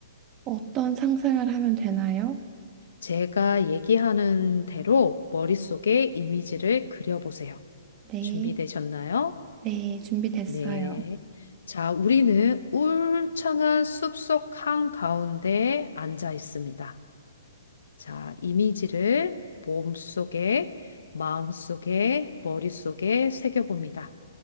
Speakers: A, on the right (about 25°); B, on the left (about 75°).
A: 어떤 상상을 하면 되나요?
B: 제가 얘기하는 대로 머릿속에 이미지를 그려보세요.
A: 네.
B: 준비되셨나요?
A: 네. 준비됐어요.
B: 네. 자, 우리는 울창한 숲속 한가운데 앉아 있습니다. 자, 이미지를 몸속에, 마음속에, 머릿속에 새겨봅니다.